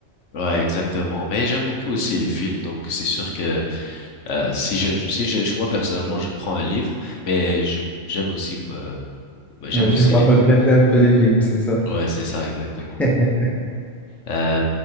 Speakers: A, on the left; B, in the centre.
A: Ouais, exactement. Mais j'aime beaucoup aussi les films. Donc c'est sûr que euh, si j'ai si j'ai le choix, personnellement, je prends un livre. Mais je j'aime aussi euh, j'aime
B: Mais
A: aussi
B: tu vas
A: les films.
B: regretter un peu les films, c'est ça.
A: Ouais, c'est ça, exactement.
B: <laughs>
A: Euh,